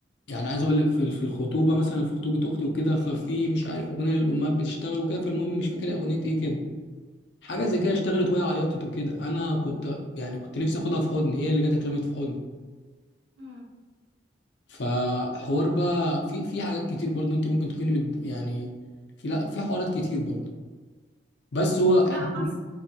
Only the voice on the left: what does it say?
يعني عايز اقول لك في في الخطوبه مثلا في خطوبه اختي وكده ففي مش عارف اغنيه للامهات بتشتغل وكده فالمهم مش فاكر اغنيه ايه كده حاجه زي كده اشتغلت وهي عيطت وكده انا كنت يعني كنت نفسي اخدها في حضني هي اللي جت اترمت في حضني
فحوار بقى في في حاجات كتير برضه انت ممكن تكوني مد... يعني في لا في حوارات كتير برضه بس هو احنا